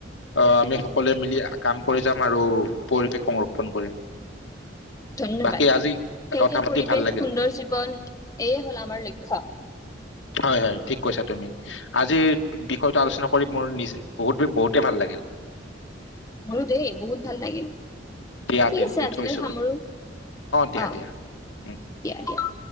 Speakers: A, on the left; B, on the left.
A: অ আমি সকলোৱে মিলি কাম কৰি যাম আৰু পৰিৱেশ সংৰক্ষণ কৰিম
B: ধন্যবাদ
A: বাকী আজি
B: সেউজীয়া
A: কথা পাতি
B: পৰিৱেশ,
A: ভাল লাগিল
B: সুন্দৰ জীৱন এয়ে হল আমাৰ লক্ষ্য
A: হয় হয় ঠিক কৈছা তুমি আজিৰ বিষয়টো আলোচনা কৰি মোৰ নিজে বহুত বহুতেই ভাল লাগিল।
B: মোৰো দেই বহুত ভাল লাগিল
A: দিয়া
B: ঠিক
A: তেন্তে
B: আছে আজিলৈ
A: থৈছো
B: সামৰো,
A: দিয়া
B: অ
A: দিয়া
B: দিয়া
A: উম।
B: দিয়া